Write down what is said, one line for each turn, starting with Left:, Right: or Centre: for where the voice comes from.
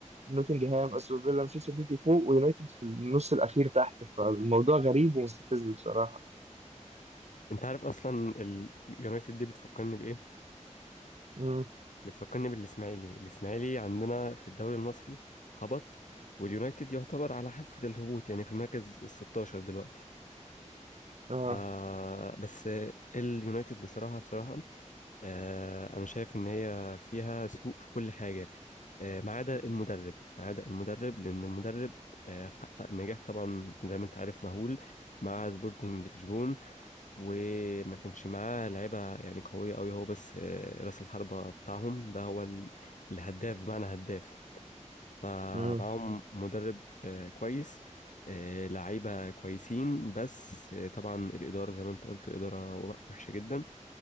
Right: نوتنجهام استون فيلا مانشستر سيتي فوق ويونايتد في النص الاخير تحت فالموضوع غريب ومستفز بصراحه
Left: أنت عارف أصلا اليونايتد دي بتفكرني بإيه؟
Right: امم
Left: بتفكرني بالإسماعيلي الإسماعيلي عندنا في الدوري المصري هبط واليونايتد يعتبر على حافة الهبوط يعني في المركز ال 16 دلوقتي
Right: اه
Left: آه بس اليونايتد بصراحة بصراحة آه أنا شايف إن هي فيها سوء في كل حاجة آه، ما عدا المدرب ما عدا المدرب لأن المدرب آه، حقق نجاح طبعا زي ما أنت عارف مهول مع سبورتنج لشبون وما كانش معاه لعيبة يعني قوية أوي هو بس آه، رأس الحربة بتاعهم ده هو ال- الهداف بمعنى هداف فمعاهم
Right: امم
Left: مدرب آه، كويس آه، لعيبة كويسين بس آه، طبعا الإدارة زي ما أنت قلت الإدارة وحشة جدا